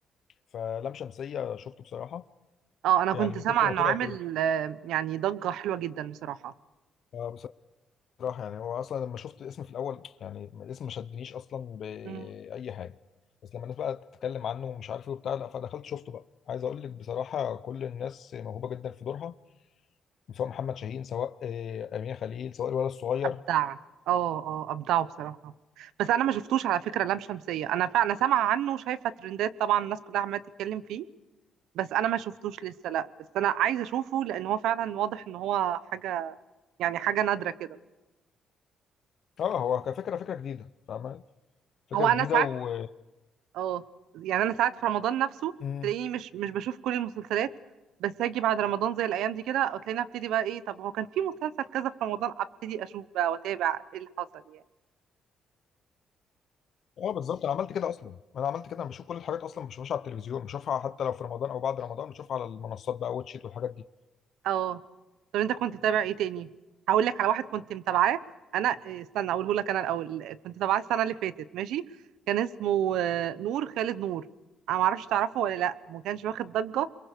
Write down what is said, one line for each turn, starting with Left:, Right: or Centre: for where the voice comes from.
Left: فلام شمسيه شفته بصراحه
Right: اه انا
Left: يعني
Right: كنت
Left: من
Right: سامعة
Left: كتر ما
Right: انه
Left: طلع
Right: عامل
Left: ترند
Right: آه، يعني ضجة حلوة جدا بصراحة
Left: آه، بصراحه يعني هو اصلا لما شفت الاسم في الاول يعني الاسم ما شدنيش اصلا باي
Right: مم.
Left: حاجه بس لما الناس بقى تتكلم عنه ومش عارف ايه وبتاع لا فدخلت شفته بقى عايز اقول لك بصراحه كل الناس موهوبه جدا في دورها سواء محمد شاهين سواء آه، امين خليل سواء الولد الصغير
Right: ابدع اه اه ابدعه بصراحة بس انا ما شفتوش على فكرة لام شمسية انا فعلا سامعة عنه وشايفة ترندات طبعا الناس كلها عمالة تتكلم فيه بس انا ما شفتوش لسه لا بس انا عايزة اشوفه لان هو فعلا واضح ان هو حاجة يعني حاجة نادرة كده
Left: اه هو كفكره فكره جديده فاهم فكره
Right: هو انا
Left: جديده
Right: ساعات
Left: و
Right: اه يعني انا ساعات في رمضان نفسه
Left: امم
Right: تلاقيني مش مش بشوف كل المسلسلات بس هاجي بعد رمضان زي الايام دي كده تلاقيني ابتدي بقى ايه طب هو كان في مسلسل كذا في رمضان ابتدي اشوف بقى واتابع ايه اللي حصل يعني
Left: اه بالظبط انا عملت كده اصلا انا عملت كده انا بشوف كل الحاجات اصلا ما بشوفهاش على التلفزيون بشوفها حتى لو في رمضان او بعد رمضان بشوفها على المنصات بقى واتشيت والحاجات دي
Right: اه طب انت كنت متابع ايه تاني هقول لك على واحد كنت متابعاه انا إيه، استنى اقوله لك انا الاول كنت متابعاه السنه اللي فاتت ماشي كان اسمه آه، نور خالد نور انا ما اعرفش تعرفه ولا لا ما كانش واخد ضجه